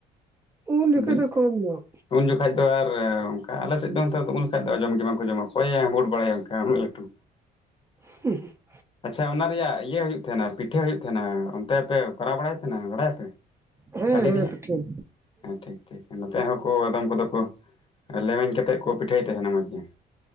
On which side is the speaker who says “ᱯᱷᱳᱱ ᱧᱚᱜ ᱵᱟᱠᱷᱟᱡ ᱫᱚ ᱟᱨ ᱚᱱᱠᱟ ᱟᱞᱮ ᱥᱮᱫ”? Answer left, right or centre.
Left